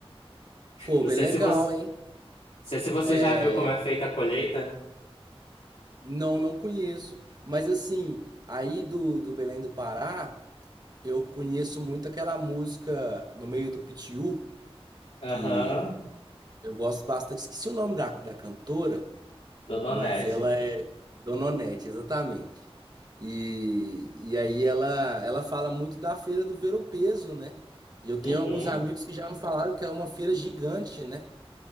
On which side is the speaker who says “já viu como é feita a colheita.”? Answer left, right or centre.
Left